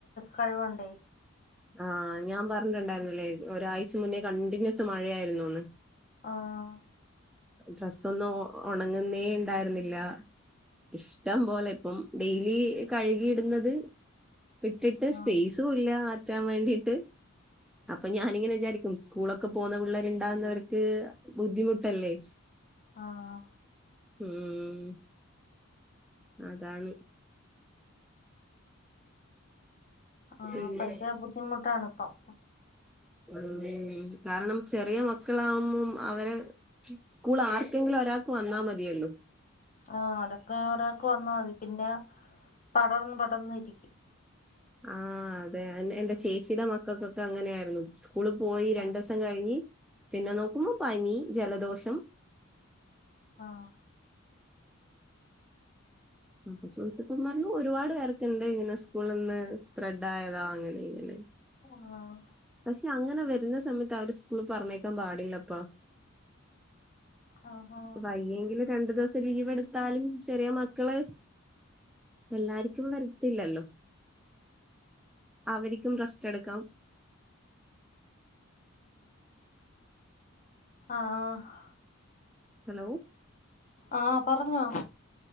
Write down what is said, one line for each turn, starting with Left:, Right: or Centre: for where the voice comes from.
Left: കഴുവണ്ടേ
Centre: ആഹ ഞാൻ പറഞ്ഞിട്ടുണ്ടായിരുന്നില്ലേ ഒരാഴ്ച മുന്നേ കണ്ടിന്യുസ് മഴയായിരുന്നുന്ന്.
Left: ആഹ
Centre: ഡ്രസ്സ ഒന്നും ഉണങ്ങുന്നേ ഉണ്ടായിരുന്നില്ല. ഇഷ്ടം പോലെ ഇപ്പം ഡെയിലി കഴുകിയിടുന്നത്. ഇട്ടിട്ട് സ്പേസും
Left: ആഹ്
Centre: ഇല്ല മാറ്റാൻ വേണ്ടിട്ട് അപ്പൊ ഞാനിങ്ങനെ വിചാരിക്കും. സ്കൂളൊക്കെ പോവുന്ന പിള്ളേരൊക്കെണ്ടാവുന്നവർക്ക് ബുദ്ധിമുട്ടല്ലേ?
Left: ആഹ
Centre: ഉം അതാണ്.
Left: ആഹ
Centre: പിന്നെ
Left: ഭയങ്കര ബുദ്ധിമുട്ടാണ് ഇപ്പം.
Centre: ഉ കാരണം ചെറിയ മക്കളാവുമ്പം അവരെ. സ്കൂൾ ആർക്കെങ്കിലും ഒരാൾക്ക് വന്നാൽ മതിയല്ലോ?
Left: ആഹ അതൊക്കെ ഒരാക്ക് വന്നാൽ മതി പിന്നെ പടർന്ന് പടർന്ന് ഇരിക്കും.
Centre: ആഹ അതെ
Left: ഉം
Centre: എന്റെ ചേച്ചിയുടെ മക്കൾക്കൊക്കെ അങ്ങനെയായിരുന്നു. സ്കൂളിൽ പോയി രണ്ട്
Left: ആഹ്
Centre: ദിവസം കഴിഞ്ഞ് പിന്നെ നോക്കുമ്പോ പനി ജലദോഷം.
Left: ആഹ്
Centre: ഉം ചോദിച്ചപ്പോ പറഞ്ഞു ഒരുപാട് പേർക്കി ണ്ട് ഇങ്ങനെ സ്കൂളിന്ന് സ്പ്രെഡ് ആയതാ അങ്ങനെ ഇങ്ങനെ.
Left: ആഹ്
Centre: പക്ഷെ അങ്ങനെ വരുന്ന സമയത്ത് അവര് സ്കൂള് പറഞ്ഞേക്കാൻ പാടില്ലപ്പ.
Left: ആഹ് ആഹ്
Centre: വയ്യെങ്കിൽ രണ്ടു ദിവസം. ലീവെടുത്താലും ചെറിയ മക്കള് എല്ലാർക്കും വരത്തില്ലല്ലോ? അവർക്കും റസ്റ്റ് എടുക്കാം.
Left: ആഹ് ആഹ്
Centre: ഹലോ.
Left: ആഹ് പറഞ്ഞോ?